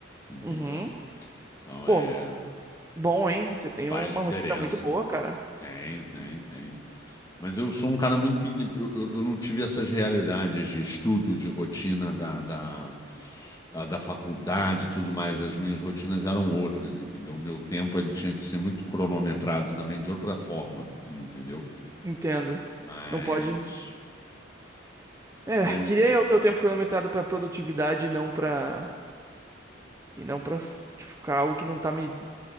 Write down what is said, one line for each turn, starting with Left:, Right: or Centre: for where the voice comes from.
Left: entendeu?
Right: Uhum.
Left: Então
Right: Pô,
Left: é,
Right: bom, hein? Você tem
Left: faz
Right: uma
Left: diferença.
Right: rotina muito boa, cara.
Left: Tenho, tenho, tenho. Mas eu sou um cara muito. inde- Eu, eu, eu não tive essas realidades de estudo, de rotina da, da, da da faculdade e tudo mais. As minhas rotinas eram outras, entendeu? O meu tempo ele tinha que ser muito cronometrado também de outra forma, entendeu?
Right: Entendo.
Left: Mas,
Right: Não pode. É,
Left: mas
Right: queria o teu tempo cronometrado pra produtividade e não pra. E não pra f- tipo, ficar algo que não tá me